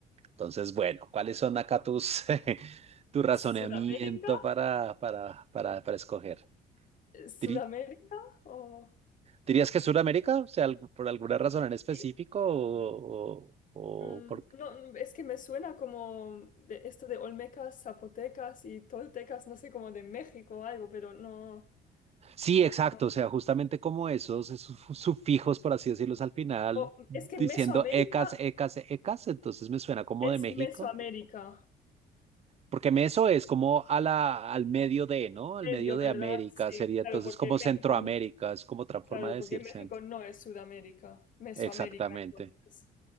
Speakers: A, on the right; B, on the left.
A: Entonces, bueno, ¿cuáles son acá tus, <laughs> tu razonamiento
B: ¿Sudamérica?
A: para, para, para, para escoger?
B: Eh, ¿Sudamérica?
A: Tri-
B: ¿O...
A: ¿Dirías que Sudamérica? O sea, algu- por alguna razón en específico
B: Sí.
A: o, o-
B: Mm,
A: o por...
B: no, es que me suena como de esto de Olmecas, Zapotecas y Toltecas, no sé, como de México o algo, pero no.
A: Sí, exacto.
B: No.
A: O sea, justamente como esos, esos fu- sufijos, por así decirlos, al final,
B: O- es que
A: diciendo
B: Mesoamérica
A: ecas, ecas, ecas, entonces me suena como
B: es
A: de México.
B: Mesoamérica.
A: Porque me- eso es como a la, al medio de, ¿no? Al
B: medio,
A: medio de
B: ¿verdad?
A: América,
B: Sí,
A: sería entonces
B: claro, porque
A: como
B: México,
A: Centroamérica, es como otra forma
B: claro,
A: de decir
B: porque México
A: centro.
B: no es Sudamérica, Mesoamérica,
A: Exactamente.
B: entonces.